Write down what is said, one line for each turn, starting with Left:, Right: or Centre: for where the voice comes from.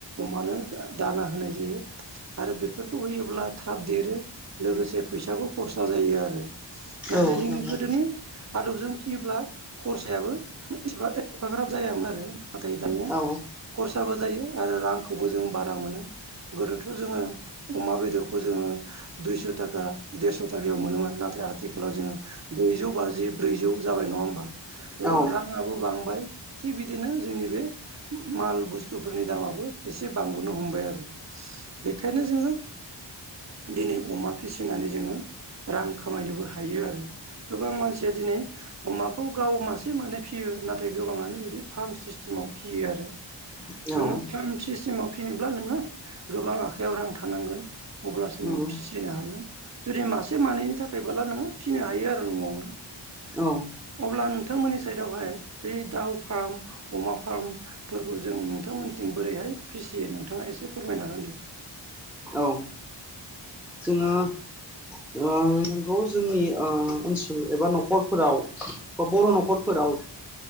Right: अमानो दाना होनाय जायो। आरो बेफोरखौ होयोब्ला थाब देरो लोगोसे फैसाबो खरसा जायो आरो। नाथाय
Centre: औ
Right: जोंनि
Centre: नंगौ
Right: गोदोनि आदबजों फिसियोब्ला खरसायाबो एसेबां एफाग्राब जायामोन आरो। नाथाय दानिया
Centre: औ
Right: खरसाबो जायो आरो रांखौबो जों बारा मोनो। गोदोथ' जोङो अमा बेदरखौ जोङो दुइस' थाखा देरस' थाखायाव मोनोमोन नाथाय आथिखालाव जोङो ब्रैजौ बाजि ब्रैजौ जाबाय नङा होमबा?
Centre: औ
Right: राङाबो बांबाय थिग बिदिनो जोंनि बे माल बुस्थुफोरनि दामाबो एसे बांबोनो हमबाय आरो। बेखायनो जोङो दिनै अमा फिसिनानै जोङो रां खामायनोबो हायो आरो गोबां मानसिया दिनै अमाखौ गाव मासे मानै फियो नाथाय गोबाङानो बिदि फार्म सिस्टेमाव फियो आरो।
Centre: नंगौ
Right: नोंङो
Centre: औ
Right: फार्म सिस्टेमाव फिसिनोब्ला नोंङो गोबां आखायाव रां थानांगोन अब्लासो
Centre: नंगौ
Right: नों फिसिनो
Centre: औ
Right: हागोन जुदि मासे मानैनि थाखायबोला नोङो फिसिनो हायो आरो न'आवनो।
Centre: औ।
Right: अब्ला नोंथांमोननि साइदावहाय बै दाउ फार्म अमा फार्म फोरखौ जों नोंथांमोननिथिं बोरैहाय फिसियो नोंथाङा एसे फोरमायना <unintelligible>
Centre: औ। जोङो गोबां <unintelligible> जोंनि ओ ओनसोल एबा न'खरफोराव बा बर' न'खरफोराव